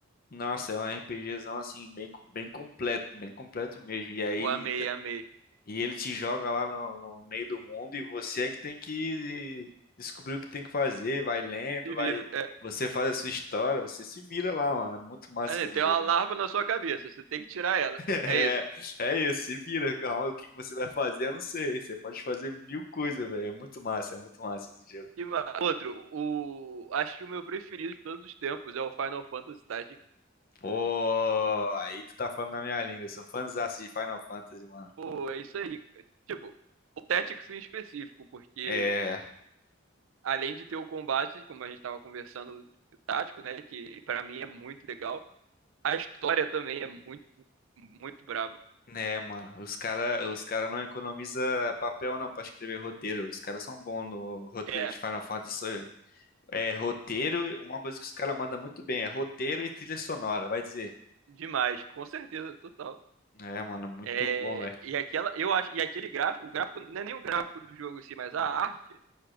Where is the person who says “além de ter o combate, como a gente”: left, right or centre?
Right